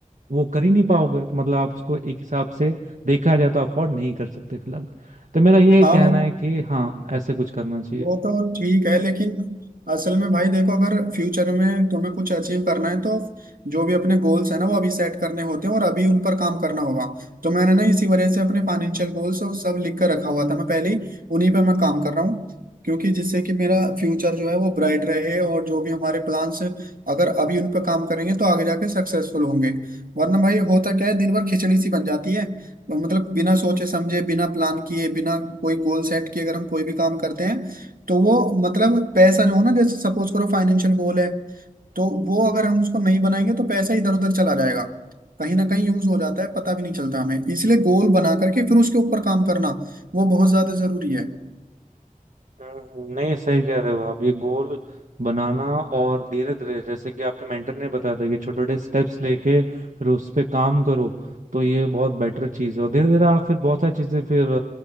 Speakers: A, on the right; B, on the right.
A: वो कर ही नहीं पाओगे तो मतलब आप उसको एक हिसाब से देखा जाए तो अफोर्ड नहीं कर सकते फिलहाल तो मेरा ये
B: हाँ
A: कहना
B: वो
A: है कि हाँ ऐसे कुछ करना चाहिए
B: वो तो ठीक है लेकिन असल में भाई देखो अगर फ्यूचर में तुम्हें कुछ अचीव करना है तो जो भी अपने गोल्स है ना वो अभी सेट करने होते हैं और अभी उन पर काम करना होगा तो मैंने ना इसी वजह से अपने फाइनेंशियल गोल्स और सब लिख कर रखा हुआ था मैं पहले ही उन्हीं पर मैं काम कर रहा हूँ क्योंकि जिससे कि मेरा फ्यूचर जो है वो ब्राइट रहे और जो भी हमारे प्लान्स अगर अभी उन पर काम करेंगे तो आगे जाके सक्सेसफुल होंगे वरना भाई होता क्या है दिन भर खिचड़ी सी बन जाती है मतलब बिना सोचे समझे बिना प्लान किए बिना कोई गोल सेट किए अगर हम कोई भी काम करते हैं तो वो मतलब पैसा जो है ना जैसे सपोज करो फाइनेंशियल गोल है तो वो अगर हम उसको नहीं बनाएंगे तो पैसा इधर उधर चला जाएगा कहीं ना कहीं यूज हो जाता है पता भी नहीं चलता हमें इसलिए गोल बना करके फिर उसके ऊपर काम करना वो बहुत ज्यादा जरूरी है
A: हम्म, नहीं सही कह रहे हो आप ये गोल बनाना और धीरे धीरे जैसे कि आपके मेंटर ने बताया था कि छोटे छोटे स्टेप्स लेके फिर उस पे काम करो तो ये बहुत बेटर चीज़ है और धीरे धीरे आप फिर बहुत सारी चीज़ें फिर